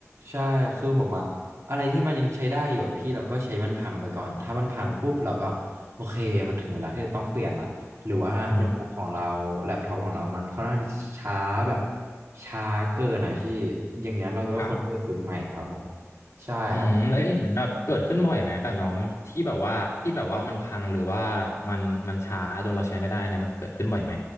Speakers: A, on the right; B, on the left.
A: ใช่คือผมอะอะไรที่มันยังใช้ได้อยู่อะพี่เราก็ใช้มันพังไปก่อนถ้ามันพังปุ๊บเราก็โอเคมันถึงเวลาที่จะต้องเปลี่ยนละหรือว่าโน้ตบุ๊กของเราแล็ปท็อปของเรามันค่อนข้างที่จะช้าแบบ
B: อืม
A: ช้าเกินอ่ะพี่อย่างเงี้ยเราก็ควรจะซื้อใหม่ครับผม
B: ครับ
A: ใช่ครับ
B: อืมแล้วเอ๊ะเหมือนแบบเกิดขึ้นบ่อยไหมกับน้องที่แบบว่าที่แบบว่ามันพังหรือว่ามันมันช้าจนเราใช้ไม่ได้เนี่ยมันเกิดขึ้นบ่อยไหม